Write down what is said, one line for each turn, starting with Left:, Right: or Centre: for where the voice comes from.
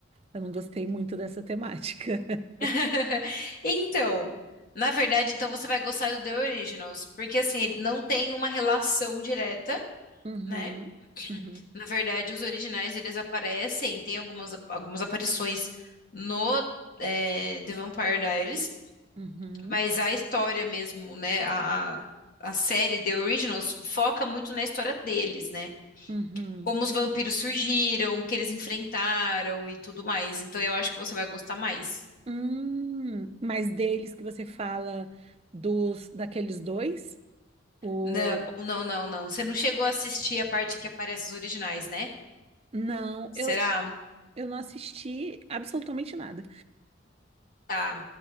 Right: Eu não gostei muito dessa temática. <laughs>
Left: <laughs> Então, na verdade, então você vai gostar do The Originals, porque assim, ele não tem uma relação direta
Right: Uhum,
Left: né?
Right: uhum,
Left: <clears throat> Na verdade, os originais eles aparecem, tem algumas, algumas aparições no eh, The Vampire Diaries,
Right: uhum,
Left: mas a história mesmo, né? A, a a série The Originals foca muito na história deles, né?
Right: uhum.
Left: Como os vampiros surgiram, o que eles enfrentaram e tudo mais. Então eu acho que você vai gostar mais.
Right: Hum, mas deles que você fala dos daqueles dois? O...
Left: Não, não, não, não. Você não chegou a assistir a parte que aparece os originais, né?
Right: Não,
Left: Será?
Right: eu, eu não assisti absolutamente nada.
Left: Tá.